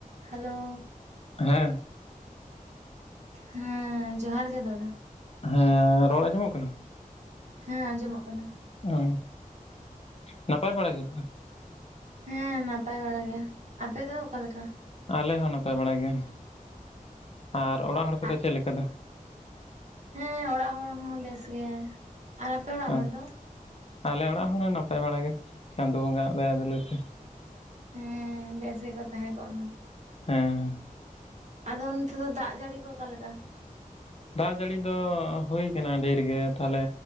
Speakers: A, on the right; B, on the left.
A: Hello
B: ᱦᱮᱸ
A: ᱦᱮᱸ ᱡᱚᱦᱟᱨ ᱜᱮ ᱫᱟᱫᱟ᱾
B: ᱦᱮᱸ ᱨᱚᱲ ᱟᱸᱡᱚ ᱢᱚᱜ ᱠᱟᱱᱟ?
A: ᱦᱮᱸ ᱟᱸᱡᱚ ᱢᱚᱜ ᱠᱟᱱᱟ᱾
B: ᱚ ᱱᱟᱯᱟᱭ ᱵᱟᱲᱟᱭ ᱜᱮ ᱛᱚ?
A: ᱦᱮᱸ ᱱᱟᱯᱟᱭ ᱵᱟᱲᱟ ᱜᱮ᱾ ᱟᱯᱮ ᱫᱚ ᱚᱠᱟ ᱞᱮᱠᱟ?
B: ᱟᱞᱮ ᱦᱚᱸ ᱱᱟᱯᱟᱭ ᱵᱟᱲᱟᱭ ᱜᱮ᱾ ᱟᱨ ᱚᱲᱟᱜ ᱦᱚᱲ ᱠᱚᱫᱚ
A: ᱟᱜ
B: ᱪᱮᱫ ᱞᱮᱠᱟ ᱫᱚ?
A: ᱦᱮᱸ ᱚᱲᱟᱜ ᱦᱚᱲ ᱦᱚᱸ ᱵᱮᱥ ᱜᱮ, ᱟᱨ ᱟᱯᱮ ᱚᱲᱟᱜ
B: ᱦᱮᱸ
A: ᱦᱚᱲ ᱫᱚ?
B: ᱟᱞᱮ ᱚᱲᱟᱜ ᱦᱚᱲ ᱦᱚᱸ ᱱᱟᱯᱟᱭ ᱵᱟᱲᱟ ᱜᱮ ᱪᱟᱸᱫᱚ ᱵᱚᱸᱜᱟ ᱫᱟᱭᱟ ᱫᱩᱞᱟᱹᱲ ᱛᱮ᱾
A: ᱦᱮᱸ ᱵᱮᱥ ᱜᱮ ᱠᱚ ᱛᱟᱦᱮᱸ ᱠᱚᱜ ᱢᱟ᱾
B: ᱦᱮᱸ
A: ᱟᱫᱚ ᱚᱱᱛᱮ ᱫᱚ ᱫᱟᱜ ᱡᱟᱹᱲᱤ ᱠᱚ ᱚᱠᱟ ᱞᱮᱠᱟ?
B: ᱫᱟᱜ ᱡᱟᱹᱲᱤ ᱫᱚ ᱦᱩᱭ ᱠᱟᱱᱟ ᱰᱷᱮᱨ ᱜᱮ ᱛᱟᱦᱞᱮ